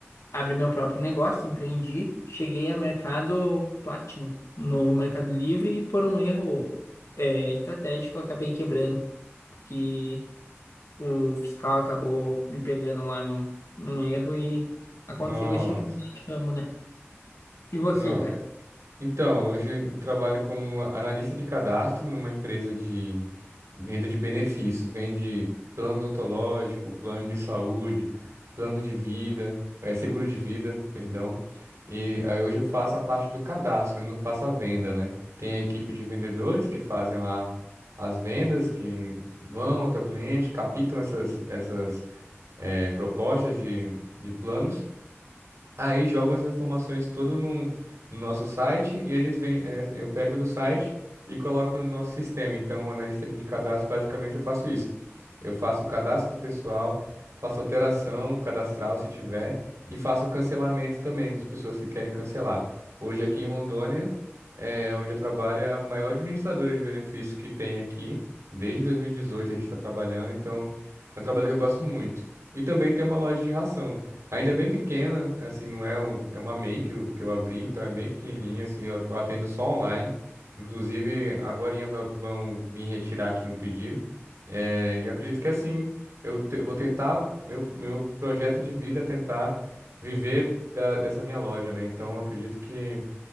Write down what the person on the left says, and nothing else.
abrir meu próprio negócio, empreendi. Cheguei a mercado Platinum no Mercado Livre e por um erro é, estratégico eu acabei quebrando, porque o fiscal acabou me pegando lá num, num erro e aconteceu
que eu tive que mudar de ramo, né? E você,
cara?